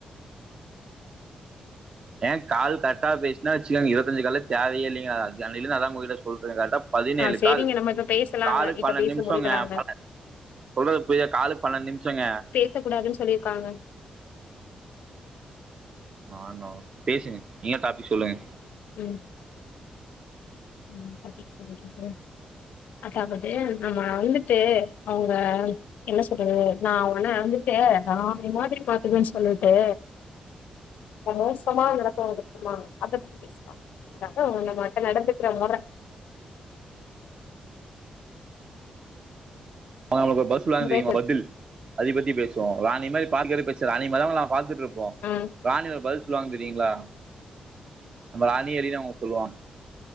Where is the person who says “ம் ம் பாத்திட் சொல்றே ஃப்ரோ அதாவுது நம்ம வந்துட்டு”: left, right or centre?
Left